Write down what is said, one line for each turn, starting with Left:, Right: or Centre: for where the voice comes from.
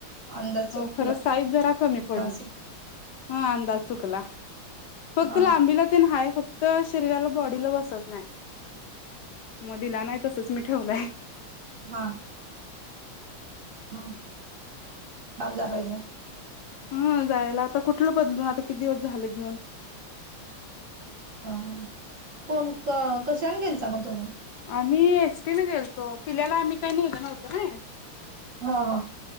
Right: अंदाज चुकला
Left: खर साईज जरा कमी पडली.
Right: असेल
Left: ह अंदाज चुकला फक्त
Right: हा
Left: तुला आंबीला ते हाय फक्त तर शरीराला बॉडीला बसत नाही म दिला नाही तसच मी ठेवलंय.
Right: हा हा ऊन जा पाहिजे.
Left: ह जायला आता कुठलं बदलून आता किती दिवस झालं घेऊन.
Right: ह कोण कशन गेलचा मग तुम्ही?
Left: आम्ही एसटी न गेलतो पिल्याला आम्ही काही नेलं नव्हतो ना,
Right: हा हा